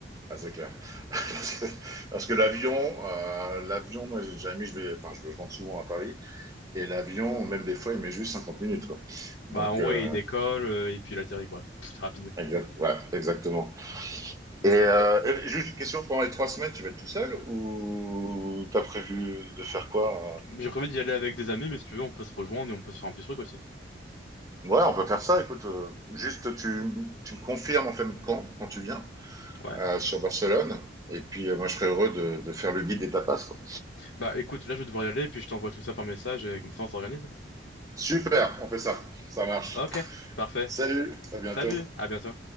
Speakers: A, on the right; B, on the left.
A: Ah, c'est clair. <laughs> Parce que, parce que l'avion, euh, l'avion, moi j'ai déjà mis, je vais, enfin, je, je rentre souvent à Paris, et l'avion, même des fois, il met juste 50 minutes, quoi. Donc,
B: Bah, en gros,
A: euh,
B: il décolle euh, et puis il atterrit, quoi. Pff, C'est rapide.
A: exact- ouais, exactement.
B: Mais
A: Et, euh,
B: bon.
A: et juste une question, pendant les trois semaines, tu vas être tout seul ou t'as prévu de faire quoi? euh
B: J'ai prévu d'y aller avec des amis, mais si tu veux, on peut se rejoindre et on peut se faire un petit truc aussi.
A: Ouais, on peut faire ça, écoute. euh, juste, tu, tu me confirmes en fait quand, quand tu viens
B: Ouais.
A: euh, sur Barcelone, et puis euh, moi je serais heureux de, de faire le guide des tapas, quoi.
B: Bah, écoute, là, je vais devoir y aller, puis je t'envoie tout ça par message et comme ça, on s'organise.
A: Super, on fait ça. Ça marche.
B: Ok, parfait.
A: Salut, à bientôt.
B: Salut, à bientôt.